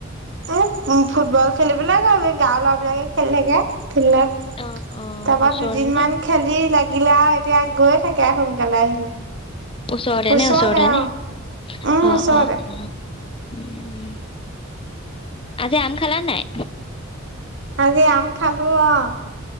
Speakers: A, on the right; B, on the left.
A: উম, ফুটবল খেলিব লাগে আৰু গাওৰ ল'ৰাবলাকে খেলি থাকে ফিল্ডত।
B: অ অ
A: তাৰপা
B: ওচৰতে
A: দুদিনমান
B: নে
A: খেলি লাগিলে আৰু এতিয়া গৈ থাকে সোনকালে আহিলে।
B: ওচতেনে,
A: ওচৰতে
B: ওচতেনে
A: অ উম
B: অ',
A: ওচৰতে
B: অ'। উম, আজি আম খালা নাই?
A: আজি আম খালো অ'।